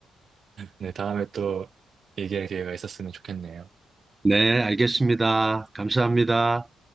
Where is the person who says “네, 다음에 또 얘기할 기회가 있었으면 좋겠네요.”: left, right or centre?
Right